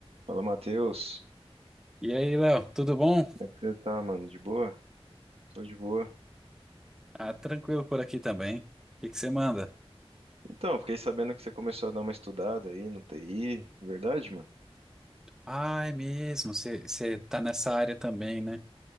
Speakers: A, on the right (about 70°); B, in the centre.
A: Fala, Matheus.
B: E aí, Léo, tudo bom?
A: Como é que você tá, mano? De boa? Tô de boa.
B: Ah, tranquilo por aqui também. O que que você manda?
A: Então, fiquei sabendo que você começou a dar uma estudada aí no TI, verdade, mano?
B: Ah, é mesmo, você você tá nessa área também, né?